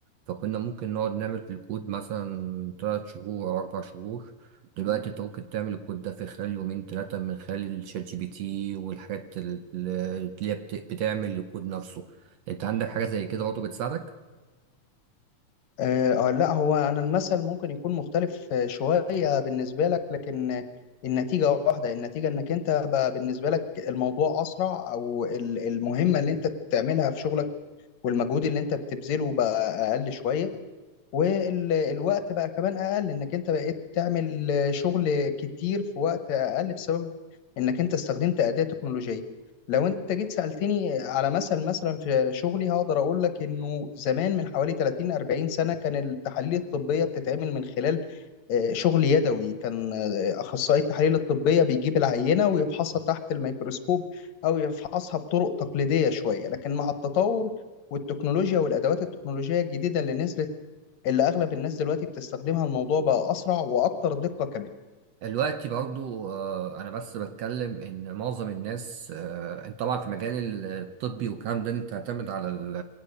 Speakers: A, on the right (about 70°); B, on the left (about 70°).
A: فكنا ممكن نقعد نعمل في الكود مثلا تلات شهور او اربع شهور دلوقتي انت ممكن تعمل الكود ده في خلال يومين تلاتة من خلال الشات جي بي تي والحاجات ال- ال- اللي هي بت- بتعمل الكود نفسه انت عندك حاجة زي كده برضه بتساعدك
B: آه آه، لا هو انا المثل ممكن يكون مختلف آه، شويه بالنسبه لك لكن آه، النتيجه واحده النتيجه انك انت بقى بالنسبه لك الموضوع اسرع او ال- المهمه اللي انت بتعملها في شغلك والمجهود اللي انت بتبذله بقى اقل شويه والوقت بقى كمان اقل انك انت بقيت تعمل شغل كتير في وقت اقل بسبب انك انت استخدمت اداة تكنولوجية لو انت جيت سألتني على مثل مثلا في شغلي هقدر اقول لك انه زمان من حوالي 30 40 سنة كان التحاليل الطبية بتتعمل من خلال آه، شغل يدوي كان آه، اخصائي التحاليل الطبية بيجيب العينة ويفحصها تحت الميكروسكوب او يفحصها بطرق تقليدية شوية لكن مع التطور والتكنولوجيا والادوات التكنولوجيه الجديده اللي نزلت اللي اغلب الناس دلوقتي بتستخدمها الموضوع بقى اسرع واكتر دقه كمان
A: دلوقتي برضو آه، انا بس بتكلم ان معظم الناس آه، انت طبعا في مجال الطبي والكلام ده انت تعتمد على ال